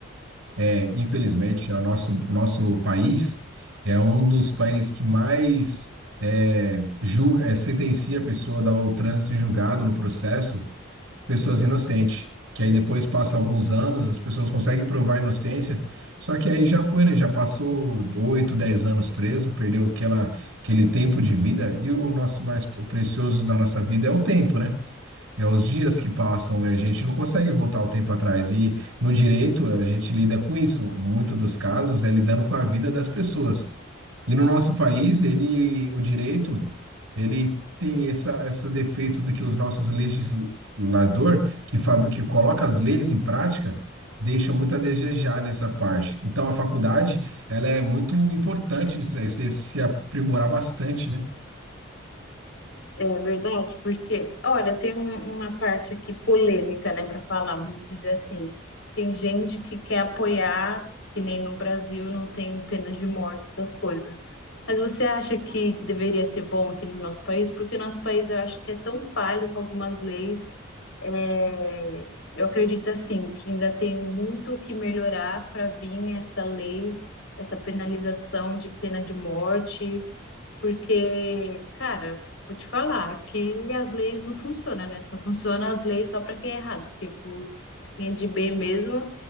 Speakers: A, on the right; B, on the left.
A: É, infelizmente, o nosso, o nosso país é um dos países que mais é, julga, é, sentencia a pessoa a dar o trânsito em julgado no processo pessoas inocentes. Que aí depois passa alguns anos, as pessoas conseguem provar a inocência, só que aí já foi, né? Já passou 8 10 anos preso, perdeu aquela, aquele tempo de vida, e o nosso mais precioso da nossa vida é o tempo, né? É os dias que passam, e a gente não consegue voltar o tempo atrás. E no direito, a gente lida com isso. Muito dos casos é lidando com a vida das pessoas. E no nosso país, ele, o direito, ele tem essa, essa defeito de que os nossos legislador que, fabri- que coloca as leis em prática, deixam muito a desejar nessa parte. Então, a faculdade, ela é muito importante nisso daí, você se aprimorar bastante, né?
B: É verdade, porque, olha, tem um- uma parte aqui polêmica, né, para falar, vamos dizer assim. Tem gente que quer apoiar, que nem no Brasil não tem pena de morte, essas coisas. Mas você acha que deveria ser bom aqui no nosso país? Porque nosso país eu acho que é tão falho com algumas leis. É, Eu acredito assim que ainda tem muito o que melhorar para vir essa lei, essa penalização de pena de morte Porque, cara, vou te falar que as leis não funcionam, né? Só funcionam as leis só para quem é errado, porque por, pra quem é de bem mesmo,